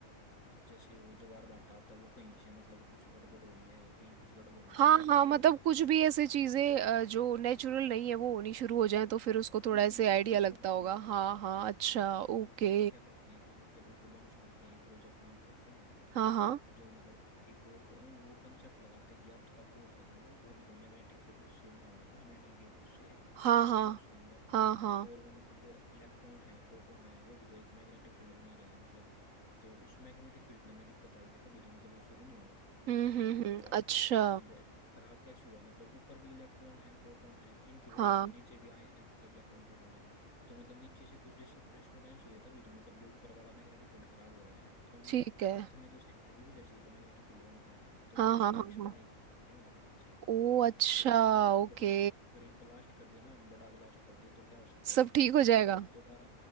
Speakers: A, on the left; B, on the right.
A: जैसे वो ज्वार भाटा आता है वो कहीं से मतलब कुछ गड़बड़ हो रही है कहीं कुछ गड़बड़ हो रही है
B: हाँ
A: तो वो
B: हाँ
A: शुरू
B: मतलब
A: हो गया है
B: कुछ भी ऐसी चीजें अ, जो नेचुरल नहीं है वो होनी शुरू हो जाए तो फिर उसको
A: हाँ
B: थोड़ा
A: बिल्कुल
B: ऐसे आइडिया
A: कुछ कुछ
B: लगता
A: होने शुरू
B: होगा
A: हो गए
B: हाँ हाँ अच्छा ओके
A: तो फिर वो क्या करते हैं कि मतलब एक लॉन्च करते हैं एक प्रोजेक्ट लॉन्च करते हैं
B: हाँ हाँ
A: जो मतलब अर्थ के कोर को उन वो कंसेप्ट लगाते हैं कि अर्थ का कोर है जो वो भी तो मैग्नेटिक फील्ड उससे बना हुआ है ना मेटल के उससे
B: हाँ
A: कोर
B: हाँ
A: है उसके अंदर
B: हाँ हाँ
A: तो कोर में मतलब जो इलेक्ट्रॉन है प्रोटॉन है वो भी तो एक मैग्नेटिक फील्ड बना रहे हैं मतलब तो उस मैग्नेटिक फील्ड में दिक्कत आई है तभी तो मतलब ये शुरू नहीं हो रहा
B: हम्म हम्म
A: मतलब
B: हम्म
A: जो अर्थ
B: अच्छा
A: का मैग्नेटिक फील्ड है खराब कैसे हुआ मतलब ऊपर भी इलेक्ट्रॉन है प्रोटॉन है इनकी वजह
B: हाँ
A: से नीचे भी आए हैं मतलब इलेक्ट्रॉन प्रोटॉन है तो मतलब नीचे से कुछ डिस्टरबेंस हुई है तभी तो मतलब ये ऊपर वाला मैग्नेटिक फील्ड खराब हो रहा है क्योंकि
B: ठीक है
A: अर्थ में तो सेंटर की वजह से ही तो मैग्नेटिक फील्ड बनता है ना तो
B: हाँ
A: वो उसको
B: हाँ हाँ
A: फिक्स
B: हाँ
A: करने के लिए जाते हैं वहाँ पे नीचे
B: ओ अच्छा
A: वो कहते हैं कि मतलब
B: ओके
A: एक अगर एक ब्लास्ट कर देना हम बड़ा ब्लास्ट कर दे तो क्या हो सकता है
B: सब
A: उस
B: ठीक
A: पुश
B: हो
A: से मतलब
B: जाएगा
A: ये दोबारा